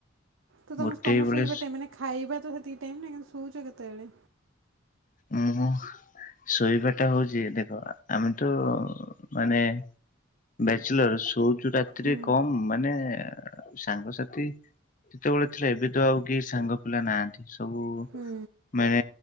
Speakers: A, on the right; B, on the left.
A: ତ ତମେ
B: ଗୋଟିଏ
A: ତମ
B: ବେଳେ
A: ଶୋଇବା ଟାଇମ୍ ମାନେ ଖାଇବା ତ ସେ ଏତିକି ଟାଇମ୍ ନା କିନ୍ତୁ ଶୋଉଛ କେତେବେଳେ?
B: ଆ ହୋ। ଶୋଇବା ଟା ହଉଛି ଦେଖ ଆମେ ତ ମାନେ ବ୍ୟାଚଲର ଶୋଉଚୁ ରାତିରେ
A: ହୁଁ
B: କମ୍ ମାନେ ସାଙ୍ଗସାଥି ଯେତେବେଳେ ଥିଲା ଏବେ ତ ଆଉ କେହି ସାଙ୍ଗ ପିଲା ନାହାନ୍ତି। ସବୁ
A: ହୁଁ
B: ମାନେ